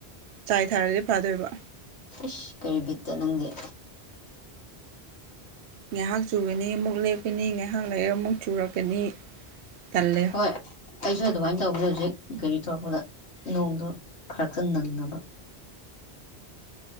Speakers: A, on the right (about 85°); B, on the left (about 85°).
A: ꯆꯥꯏ ꯊꯥꯔꯗꯤ ꯐꯥꯗꯣꯏꯕ
B: ꯑꯁ ꯀꯔꯤ ꯕꯤꯠꯇ ꯅꯪꯗꯤꯦ
A: ꯉꯥꯏꯍꯥꯛ ꯆꯨꯒꯅꯤ ꯑꯃꯨꯛ ꯂꯦꯞꯀꯅꯤ ꯉꯥꯏꯍꯥꯛ ꯂꯩꯒ ꯑꯃꯨꯛ ꯆꯨꯔꯛꯀꯅꯤ ꯇꯜꯂꯦ
B: ꯍꯣꯏ ꯑꯩꯁꯨ ꯑꯗꯨꯃꯥꯏꯅ ꯇꯧꯕꯅꯦ ꯍꯧꯖꯤꯛ ꯒꯥꯔꯤ ꯊꯧꯔꯛꯄꯗ ꯅꯣꯡꯗꯣ ꯐꯔꯛꯇ ꯅꯪꯉꯕ